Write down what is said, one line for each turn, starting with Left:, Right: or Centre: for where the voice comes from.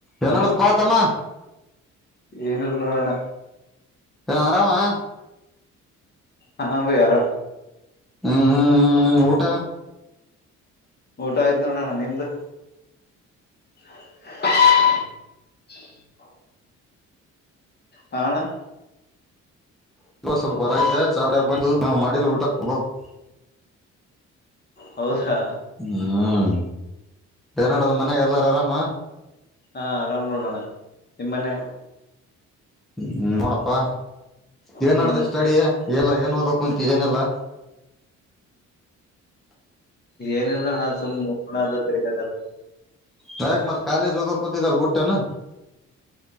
Centre: ಏನಡದಪ್ಪ
Left: Hello
Centre: ತಮ್ಮ
Left: ಏನ ನೋಡೋಣ
Centre: ಹ ಆರಾಮಾ
Left: ಹಾ ಬಯ್ಯ ಆರಾಮ್
Centre: ಹ್ಮ್ ಹ್ಮ್ ಹ್ಮ ಊಟ
Left: ಊಟ ಆಯ್ತು ನೋಡೋಣ ನಿಮ್ದು <inaudible> ಹಣ
Centre: <unintelligible>
Left: ಹೌದಾ
Centre: ಏನ್ ನಡ್ ದಾದಾ ಮನ್ಯಾಗ ಎಲ್ಲಾರು ಆರಾಮ
Left: ಹಾ ಆರಾಮ್ನೋಡಣ ನಿಮ್ಮನೆ
Centre: ಹ್ಮ ನೋಡಪ್ಪಾ ಏನ್
Left: ಹ್ಮ್
Centre: ಮಾಡಡ್ದ ಸ್ಟಡ ಎಲ್ಲ ಏನ್ ಓದ ಕುಂತು ಏನೆಲ್ಲಾ
Left: ಏನಲ್ಲ ಹಣ ಸುಮ್ಮ್ದ ತಿಗ
Centre: ಹ್ಯಾಕ್ ಮತ್ ಕಾಲೇಜ ಹೋದೋ ಕೂತಿದ ಅಲ್ಲ ಬುಟ್ಟ್ಣ